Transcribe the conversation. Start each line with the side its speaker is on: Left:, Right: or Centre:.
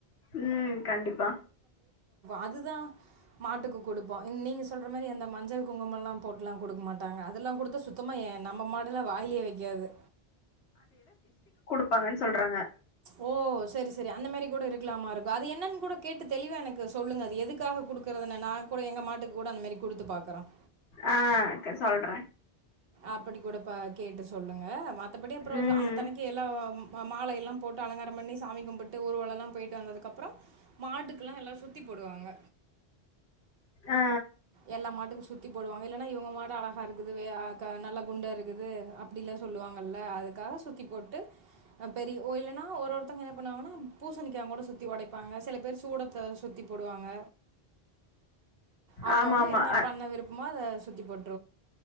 Left: ம் கண்டிப்பா
Right: அது தா மாட்டுக்கு கொடுப்போ நீங்க சொல்ற மாரி அந்த மஞ்சள் குங்குமெல்லா போட்லா கொடுக்க மாட்டாங்க அதெல்லா கொடுத்த சுத்தமா ஏ நம்ம மாடுல வாயிலே வெக்காது
Left: இருப்பாங்கன்னு சொல்றாங்க
Right: ஓ செரி செரி அந்த மாரி கூட இருக்கலாமா இருக்கு அது என்னன்னு கூட கேட்டு தெளிவா எனக்கு சொல்லுங்க அது எதுக்காக குடுக்குறதுனு நா கூட எங்க மாட்டுக்கு கூட அந்த மாரி குடுத்து பாக்குறேன்
Left: ஆ சொல்ற
Right: அப்படி கூட ப கேட்டு சொல்லுங்க மத்தபடி அப்புறோ
Left: ம்
Right: அந்த தனைக்கு எல்லா மாலையெல்லா போட்டு அலங்காரம் பண்ணி சாமி கும்பிட்டு ஊருவலோ எல்லா போயிட்டு வந்ததுக்கு அப்புறோ மாட்டுக்கெல்லா எல்லாரு சுத்தி போடுவாங்க
Left: ஆ
Right: எல்லா மாட்டுக்கு சுத்தி போடுவாங்க இல்லன்னா இவங்க மாடு அலகா இருக்குது வே நல்ல குண்டா இருக்குது அப்டிலா சொல்லுவாங்கல்ல அதுக்காக சுத்தி போட்டு பெரிய ஒ இல்லைன்னா ஒரு இவங்க என்ன பண்ணுவாங்கனா பூசணிக்கா கூட சுத்தி ஒடைப்பாங்க சில பேர் சூடத் சுத்தி போடுவாங்க அவங்கவுங்க
Left: ஆமா ஆமா
Right: என்ன
Left: அ
Right: பண்ண விருப்பமோ அத சுத்தி போட்டு